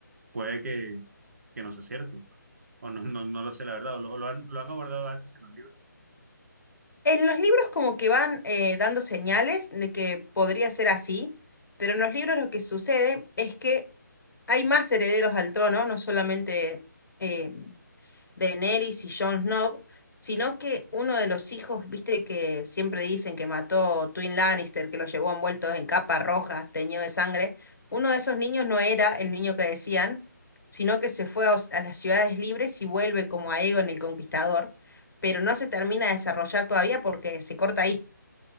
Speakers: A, on the right (about 50°); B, on the left (about 80°).
A: puede que, que no sea cierto, o no, no, no lo sé, la verdad, o lo, o lo han, lo han abordado antes en los libros.
B: En los libros como que van eh, dando señales de que podría ser así, pero en los libros lo que sucede es que hay más herederos al trono, no solamente... eh, Daenerys y Jon Snow, sino que uno de los hijos, viste que siempre dicen que mató Twin Lannister, que lo llevó envueltos en capa roja teñido de sangre, uno de esos niños no era el niño que decían, sino que se fue a, Os- a las ciudades libres y vuelve como Aegon el Conquistador, pero no se termina de desarrollar todavía porque se corta ahí.